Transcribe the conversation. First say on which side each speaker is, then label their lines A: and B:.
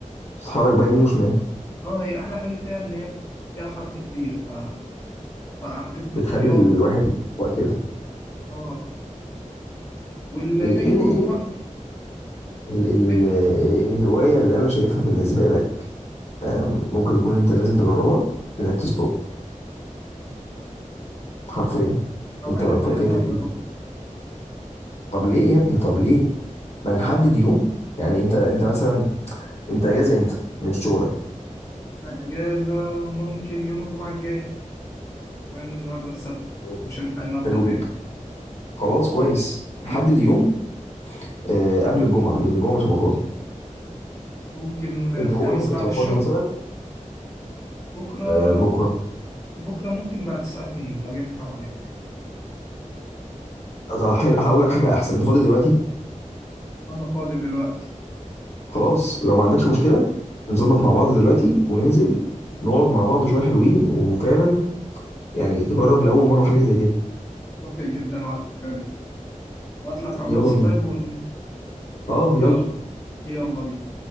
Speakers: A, on the left (about 55°); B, on the left (about 25°).
A: تتحرك بقى يمين وشمال
B: اه هي احلى حاجه فيها ان هي فيها حركه كتير ف فاعتبر
A: بتخلي
B: فرياضه
A: الواحد يبقى كده
B: اه والبينج
A: ايه ايه ال-
B: بونج
A: إيه
B: برضه
A: ال- ال-
B: البينج
A: ال- إيه الهوايه اللي انا شايفها بالنسبه لك آم، ممكن تكون انت لازم تجربها انك تصطاد حرفيا
B: اوعدك
A: انت في-
B: ان انا
A: فايتك
B: هجربها
A: كتير طب ليه يا ابني طب ليه ما نحدد يوم يعني انت انت مثلا انت اجازه امتى من شغلك
B: انا اجازه ممكن يوم الجمعه الجاي لان النهارده السبت
A: يوم.
B: مش هنلحق النهارده
A: حلو
B: تاني
A: جدا خلاص كويس نحدد يوم آه، قبل الجمعه لان الجمعه مش هبقى فاضي
B: ممكن الخميس
A: انت بكره ممكن
B: بعد
A: تبقى
B: الشغل
A: فاضي مثلا
B: بكره
A: آه، بكره
B: بكره ممكن بعد الساعه 2 لو ينفع معاك
A: طب حلو هقول لك حاجة أحسن أنت فاضي دلوقتي؟
B: انا فاضي دلوقتي
A: خلاص لو ما عندكش مشكلة نظبط مع بعض دلوقتي وننزل نقعد مع بعض شوية حلوين وفعلا يعني تجرب لأول مرة حاجة زي كده
B: موافق جدا على الفكره دي هبعتلك على
A: يلا
B: الواتس
A: بينا
B: طيب ونتفق
A: أه يلا
B: يلا يلا بينا